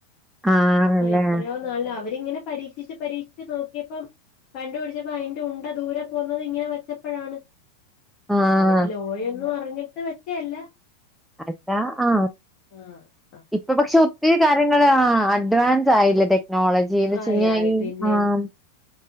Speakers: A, in the centre; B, on the left (about 40°).
A: ആണല്ലേ
B: അപ്പൊ എത്രയോ ന്നല്ല അവരിങ്ങനെ പരീക്ഷിച്ച് പരീക്ഷിച്ച് നോക്കിയപ്പം കണ്ടുപിടിച്ചപ്പോ അതിന്റെ ഉണ്ട ദൂരെ പോകുന്നത് ഇങ്ങനെ വെച്ചപ്പോഴാണ്
A: ആഹ്
B: അവര് ലോയൊന്നും അറിഞ്ഞിട്ട് വെച്ചെയല്ല
A: അല്ലാ ആഹ്
B: ആഹ് ആഹ്
A: ഇപ്പൊ പക്ഷെ ഒത്തിരി കാര്യങ്ങള് ആഹ് അഡ്വാൻസ് ആയില്ല ടെക്നോളജിന്ന് വച്ചയിഞ്ഞാ
B: ആയി ആയി
A: ഈ
B: പിന്നെ
A: ആഹ്